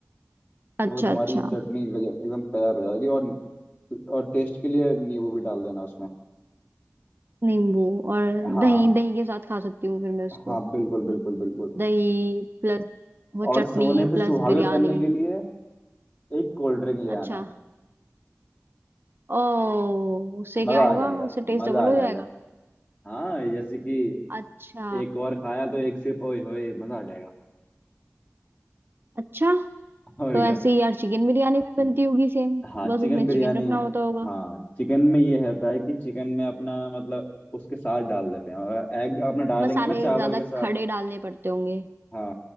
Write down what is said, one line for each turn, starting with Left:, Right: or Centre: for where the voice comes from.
Right: अच्छा
Left: तो फिर तुम्हारी
Right: अच्छा
Left: चटनी गजब- एकदम तैयार हो जाएगी और और टेस्ट के लिए नींबू भी डाल देना उसमें
Right: नींबू और
Left: हाँ
Right: दही दही के साथ खा सकती हूँ फिर मैं उसको
Left: हाँ बिल्कुल बिल्कुल बिल्कुल
Right: दही प्लस वो
Left: और
Right: चटनी
Left: सोने पे
Right: प्लस
Left: सुहागा
Right: बिरयानी
Left: करने के लिए एक कोल्ड ड्रिंक ले
Right: अच्छा
Left: आना
Right: ओ उससे
Left: मजा
Right: क्या होगा
Left: आ जाएगा
Right: उससे टेस्ट
Left: मजा
Right: डबल
Left: आ
Right: हो
Left: जाएगा
Right: जाएगा
Left: हाँ जैसे कि
Right: अच्छा
Left: एक और खाया तो एक सिप ओए होए मजा आ जाएगा
Right: अच्छा
Left: और
Right: तो
Left: क्या
Right: ऐसे ही यार चिकन बिरयानी भी बनती होगी सेम
Left: हाँ चिकन
Right: बस उसमें
Left: बिरयानी
Right: चिकन रखना होता होगा
Left: हाँ चिकन में ये रहता है कि चिकन में अपना मतलब उसके साथ डाल देते हैं और एग अपना डालेंगे
Right: मसाले
Left: ना चावल
Right: ज्यादा
Left: के साथ
Right: खड़े डालने पड़ते होंगे
Left: हाँ